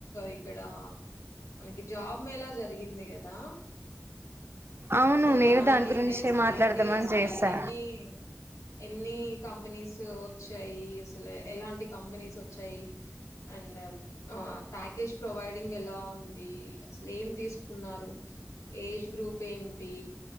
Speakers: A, on the left; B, on the right.
A: ఇక్కడ మనకి జాబ్ మేలా జరిగింది కదా
B: అవును
A: సో
B: నేను
A: దాని డీటెయిల్స్
B: గురించే
A: అని
B: మాట్లాడదామని
A: అంటే అసలు
B: చేసా
A: ఇ ఎన్ని ఎన్ని కంపెనీస్ వచ్చాయి అసలు ఎలాంటి కంపెనీస్ వచ్చాయి అండ్ ప్యాకేజ్ ప్రొవైడింగ్ ఎలా ఉంది అసలు ఏం తీసుకున్నారు ఏజ్ గ్రూప్ ఏంటి